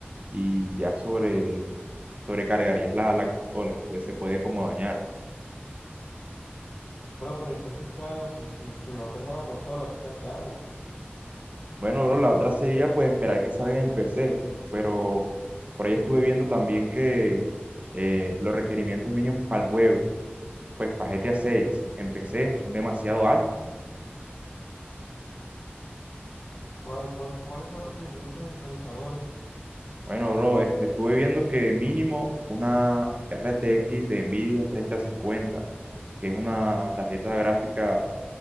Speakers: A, on the right; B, on the left.
A: y ya sobre, sobrecargarías la, la consola. Entonces se puede como dañar.
B: Bro, pero entonces, ¿qué hago si, si, si no tengo la consola? O sea, ¿qué hago?
A: Bueno, bro, la otra sería pues esperar que salga en el PC, pero por ahí estuve viendo también que eh, los requerimientos mínimos para el juego. pues para GTA 6 empecé, son demasiado altos.
B: ¿Cuál- cuál- cuáles son los requerimientos en procesador?
A: Bueno, bro, este, estuve viendo que mínimo una RTX de Nvidia treinta cincuenta, que es una tarjeta gráfica